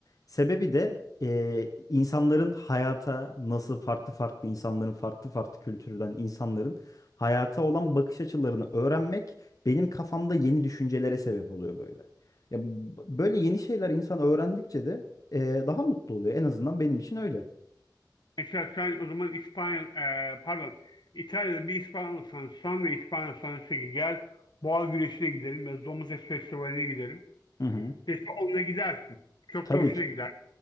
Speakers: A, on the left; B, on the left.
A: Sebebi de e, insanların hayata nasıl farklı farklı insanların farklı farklı kültürden insanların hayata olan bakış açılarını öğrenmek benim kafamda yeni düşüncelere sebep oluyor böyle. Ya, b- böyle yeni şeyler insan öğrendikçe de e, daha mutlu oluyor. En azından benim için öyle.
B: Mesela sen o zaman İspanya, e, pardon İtalya'da bir İspanyolsan sen ve İspanyolsan dese ki gel boğa güreşine gidelim ya da domuz et festivaline gidelim.
A: Hı hı.
B: Dese onunla gidersin. Çok
A: Tabii
B: da hoşuna
A: ki.
B: gider.